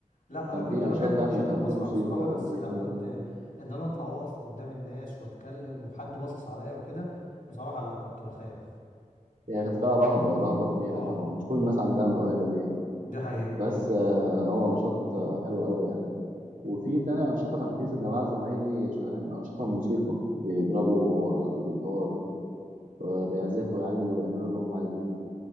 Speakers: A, on the left; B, on the right.
A: لا
B: وكان
A: انا كنت
B: في
A: بحب
B: أنشطة تانية
A: نشاط
B: كان
A: المصنع
B: في موسيقى
A: بصراحه
B: وفي
A: بس لا
B: كذا
A: كنت ان انا اطلع واقف قدام الناس واتكلم وحد باصص عليا وكده بصراحه لا كنت بخاف
B: هي كانت فيها رهبة رهبة كبيرة
A: اه
B: طبعا مش كل الناس عندها الموهبة دي يعني
A: دي حقيقة
B: بس آه هو نشاط آه، حلو قوي يعني. وفي تاني أنشطة كان في جماعة زمايلي شغالين أنشطة موسيقى بيضربوا آه، جيتار آه، بيعزفوا يعني ويعملوا اللي هم عايزينه